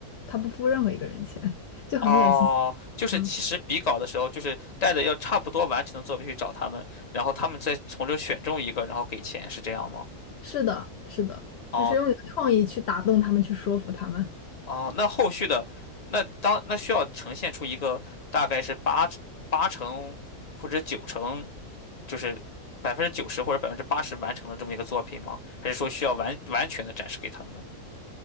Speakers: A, on the left; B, on the left.
A: 他不付任何一个人钱，就很恶心。
B: 哦，就是其实比稿的时候，
A: 嗯。
B: 就是带着要差不多完成的作品去找他们，然后他们再从中选中一个，然后给钱，是这样吗？
A: 是的，是的，
B: 哦
A: 就是用你的创意去打动他们，去说服他们。
B: 哦，那后续的那当那需要呈现出一个大概是八八成或者九成，就是百分之九十或者百分之八十完成的这么一个作品吗？还是说需要完完全的展示给他们？